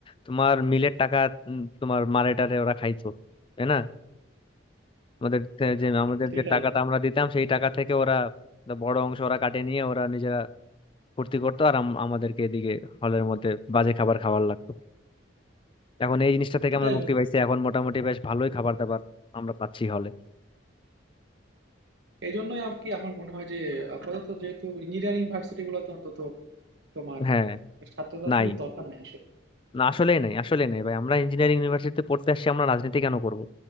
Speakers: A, on the left (about 25°); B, on the right (about 65°).
A: তোমার মিলের টাকা উম, তোমার মারেটারে ওরা খাইতো তাই না আমাদের তে- যে আমাদের
B: সেটাই
A: যে টাকাটা আমরা দিতাম সেই টাকা থেকে ওরা একটা বড় অংশ ওরা কাটে নিয়ে ওরা নিজেরা ফুর্তি করতো আর আম- আমাদেরকে এদিকে হলের মধ্যে বাজে খাবার খাওয়ার লাগতো এখন এই জিনিসটা থেকে
B: সেটাই
A: আমরা মুক্তি
B: বন্ধু
A: পাইছি এখন মোটামুটি বেশ ভালোই খাবার দাবার আমরা পাচ্ছি হলে
B: এই জন্যই আর কি আমার মনে হয় যে আপাতত যেহেতু ইঞ্জিনিয়ারিং ভার্সিটি গুলোতে অন্তত তোমার
A: হ্যাঁ
B: ছাত্র রাজনীতির
A: নাই
B: দরকার নাই আসলে
A: না আসলেই নাই আসলেই নাই ভাই আমরা ইঞ্জিনিয়ারিং ইউনিভার্সিটিতে পড়তে আসছি আমরা রাজনীতি কেন করব